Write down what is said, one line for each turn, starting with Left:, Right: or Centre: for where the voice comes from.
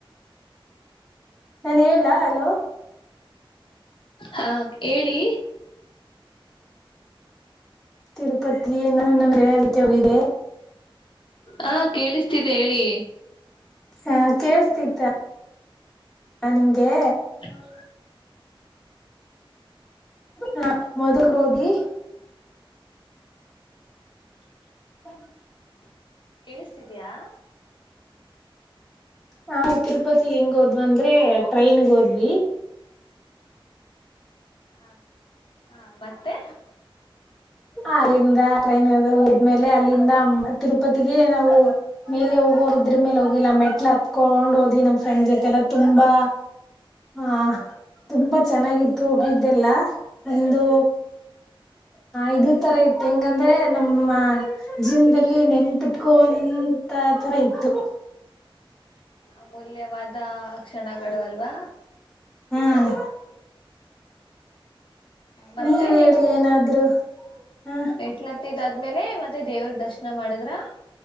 Centre: ನಾನು ಹೇಳಾ ಅಲೋ
Left: ಹಾ ಹೇಳಿ
Centre: ತಿರುಪತಿ ನಾನ ನಗೆಳ ರೀತಿ ಹೋಗಿದೆ
Left: ಹ ಕೇಳಿಸ್ತಿದೆ ಹೇಳಿ
Centre: ಹಾ ಕೇೇಳಸ್ತಿತ್ತು ಹ ನಿಮ್ಗೆ
Left: ಹೌ
Centre: ಹ ಮದಕ ರೋೋಗಿ ಹ್ಮ
Left: ಕೇಳಿಸ್ತಿದಯಾ
Centre: ಹ ತಿರುಪತಿ ಹೆಂಗ್ ಹೋದ್ ಅಂದ್ರೆ ಟ್ರೈನ್ಗೆ ಹೋದ್ವಿ
Left: ಹ ಹಾ ಮತ್ತೆ
Centre: ಅಲ್ಲಿಂದ ಟ್ರೈನ್ ಹೋದ್ಮೇಲೆ ಅಲ್ಲಿಂದ ತಿರುಪತಿಗೆ ನಾವು ಮೇಲೆ ಹೋಗುವ ಇದದ್ರ ಮೇಲೆ ಹೋಗಿಲ್ಲ ಮೆಟ್ಲ ಹತ್ಕೊಂಡ್ ಹಓದಿ ನಮ್ ಫ್ರೆಂಡ್ ಜೊತೆಲ್ಲ ತುಂಬಾ ಹಾ ತುಂಬಾ ಚೆನ್ನಾಗಿತ್ತು ಹೋಗಿದ್ದೆಲ್ಲ ಒಂದು ಹಾ ಇದದು ತರ ಇತ್ ಹೆಂಗಂದ್ರೆ ನಮ್ಮ ಜೀವನದಲ್ಲಿ ನೆನ್ಪಿಟ್ಕೋಂತ ತರ ಇತ್ತು
Left: ಅಮೂಲ್ಯವಾದ ಕ್ಷಣಗಳು ಅಲ್ವಾ
Centre: ಹ್ಮ್
Left: ಮತ್ತೆ
Centre: ನೀವ್ ಹೇಳಿ
Left: ನೀವು
Centre: ಏನಾದ್ರು ಹ
Left: ಮೇಟ್ಲತ್ತಿದಾದ್ಮೇಲೆ ಮತ್ತೆ ದೇವ್ರ ದರ್ಶನ ಮಾಡದ್ರ